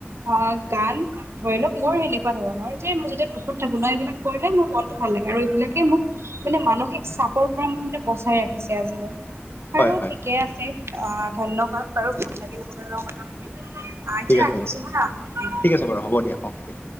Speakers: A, on the right; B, on the left.
A: অ গান ধৰি লওক মোৰ সেনে তেনেকুৱা ধৰণৰ যে মই যেতিয়া দুখত থাকো ন এইবিলাক কৰিলে মোৰ মনতটো ভাল লাগে আৰু এইবিলাকে মোক মানে মানসিক চাপ চাপৰ পৰা মানে বচাই ৰাখিছে আজিলৈ
B: হয়
A: আৰু
B: হয়
A: ঠিকে আছে আহ ধন্যবাদ বাৰু ভাল লাগিল আপোন লগৰ কথা পাতি আহ এতিয়া
B: ঠিক আছে
A: ৰাখিছো
B: বাৰু
A: হা।
B: ঠিক আছে বাৰু হ'ব দিয়া অক দ